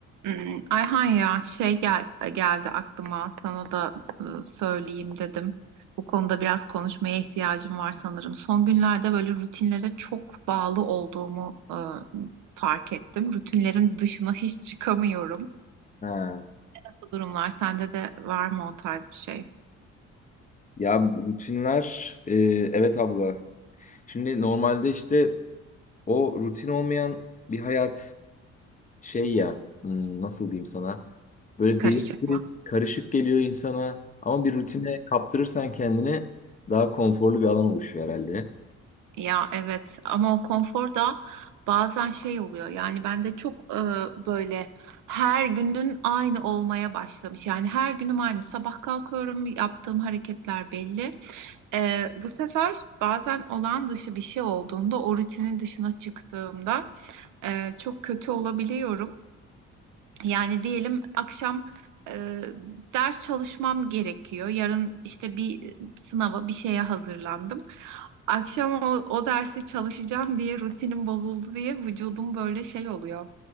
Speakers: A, on the right; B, on the left.
A: Hmm, Ayhan ya şey gel geldi aklıma sana da e, söyleyeyim dedim. Bu konuda biraz konuşmaya ihtiyacım var sanırım. Son günlerde böyle rutinlere çok bağlı olduğumu e, fark ettim. Rutinlerin dışına hiç çıkamıyorum.
B: Ha.
A: Nasıl durumlar? Sende de var mı o tarz bir şey?
B: Ya rutinler e, evet abla. Şimdi normalde işte o rutin olmayan bir hayat şey ya hmm, nasıl diyeyim sana böyle
A: Karışık
B: belirsiz
A: mı?
B: karışık geliyor insana ama bir rutine kaptırırsan kendini daha konforlu bir alan oluşuyor herhalde.
A: Ya evet ama o konfor da bazen şey oluyor yani bende çok e, böyle her günün aynı olmaya başlamış yani her günüm aynı sabah kalkıyorum yaptığım hareketler belli E, bu sefer bazen olağan dışı bir şey olduğunda o rutinin dışına çıktığımda e, çok kötü olabiliyorum yani diyelim akşam e, ders çalışmam gerekiyor. Yarın işte bir sınava, bir şeye hazırlandım. Akşam o, o dersi çalışacağım diye rutinim bozuldu diye vücudum böyle şey oluyor.